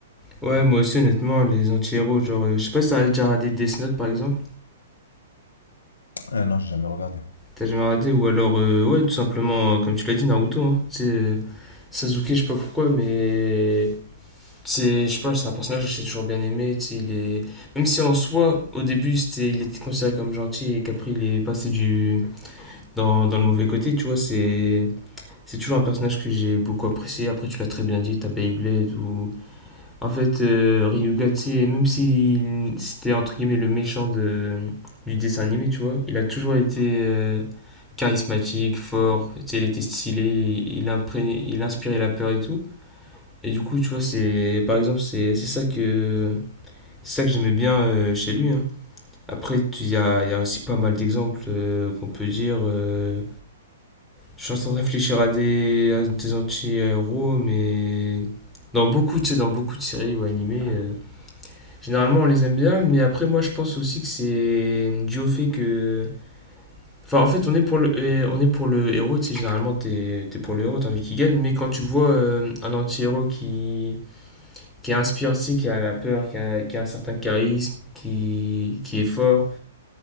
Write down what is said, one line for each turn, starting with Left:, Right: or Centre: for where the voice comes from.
Centre: Ouais, moi aussi, honnêtement, les anti-héros, genre, euh, je sais pas si t'as déjà regardé Death Note par exemple.
Left: Euh, non, j'ai jamais regardé.
Centre: T'as jamais regardé, ou alors, euh, ouais, tout simplement, euh, comme tu l'as dit, Naruto, hein. Tu euh, Sasuke, je sais pas pourquoi, mais. C'est, je sais pas, c'est un personnage que j'ai toujours bien aimé, tu sais, il est. Même si en soi, au début, c'était, il était considéré comme gentil et qu'après, il est passé du. Dans, dans le mauvais côté, tu vois, c'est. C'est toujours un personnage que j'ai beaucoup apprécié. Après, tu l'as très bien dit, t'as Beyblade ou En fait, euh, Ryuga, tu sais, même si c'était entre guillemets le méchant de, du dessin animé, tu vois, il a toujours été euh, charismatique, fort, tu sais, il était stylé, il, impré- il inspirait la peur et tout. Et du coup, tu vois, c'est par exemple, c'est c'est ça que c'est ça que j'aimais bien euh, chez lui. hein. Après, tu- il y a, il y a aussi pas mal d'exemples euh, qu'on peut dire. euh, je suis en train de réfléchir à des, à des anti-héros, mais dans beaucoup, tu sais, dans beaucoup de séries ou animés. euh, Généralement, on les aime bien, mais après, moi, je pense aussi que c'est dû au fait que. Enfin, en fait, on est pour le, et on est pour le héros, tu sais, généralement, t'es t'es pour le héros, t'as envie qu'il gagne, mais quand tu vois euh, un anti-héros qui, qui inspire, tu sais, qui a la peur, qui a, qui a un certain charisme, qui, qui est fort,